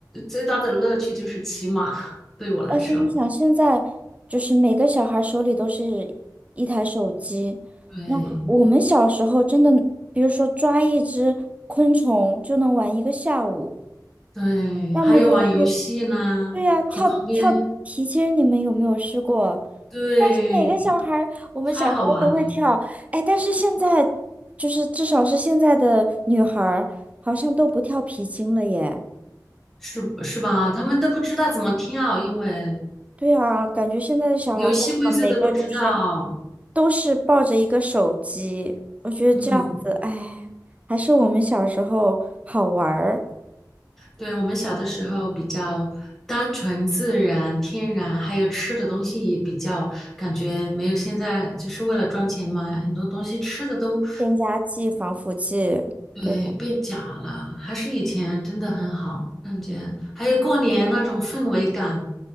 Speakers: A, in the centre; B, on the right.
A: 最大的乐趣就是骑马，对我来说。
B: 而且你想，现在就是每个小孩手里都是一台手机，
A: 对
B: 那我们小时候真的，比如说抓一只昆虫就能玩一个下午，
A: 对，
B: 要么就去，
A: 还有玩游戏呢，
B: 对呀、跳跳皮筋，
A: 和旁边，
B: 你们有没有试过？
A: 对，
B: 但是哪个小孩儿我们小时候都会跳，
A: 太好玩了，
B: 哎，但是现在就是至少是现在的女孩儿，好像都不跳皮筋了耶。
A: 是是吧？他们都不知道怎么跳，因为
B: 对啊，感觉现在的小孩儿好像每个就是
A: 游戏规则都不知道。
B: 都是抱着一个手机，我觉得这样子，
A: 嗯。
B: 哎，还是我们小时候好玩儿，
A: 对，我们小的时候比较单纯、自然、天然，还有吃的东西也比较感觉没有现在就是为了赚钱嘛，很多东西吃的都
B: 添加剂、防腐剂。
A: 对变假了，
B: 对。
A: 还是以前真的很好，感觉还有过年那种氛围感，